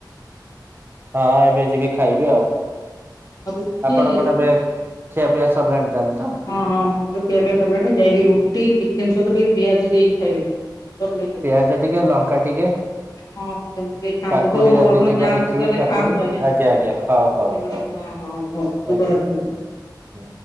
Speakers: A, on the right; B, on the left.
A: ହଁ ଏବେ ଯିବି ଖାଇବି ଆଉ
B: ରୁଟି
A: ଆପଣ କଣ ଏବେ ଖିଆ ପିଆ ସିଲାଣି ତାହେଲେ ତ।
B: ହଁ ହଁ ମୋର ଖିଆପିଆ ସରିଲାଣି ଯାଇକି ରୁଟି ଚିକେନ ସହିତ ଟିକେ ପିଆଜ ଦେଇକି ଖାଇବେ। ଭଲ ଲାଗିବ
A: ପିଆଜ ଟିକେ ଲଙ୍କା ଟିକେ।
B: ହଁ ସେମିତି ବି ଖାଆନ୍ତୁ
A: କାକୁଡି
B: ହଉ ହଉ
A: ଯଦି
B: ଆପଣ
A: ଥିବ
B: ଯାଆନ୍ତୁ
A: ଦେଖିବି
B: ତାହେଲେ
A: କାକୁଡି
B: ଖାଆନ୍ତୁ ଏବେ
A: ଆଜ୍ଞା ଆଜ୍ଞା ହଉ
B: ରଖୁଛି
A: ହଉ ହଉ
B: ହଁ ହଁ। ହଁ ତ
A: ଆଜ୍ଞା
B: ବର
A: ହୁଁ
B: <inaudible>
A: ହୁଁ।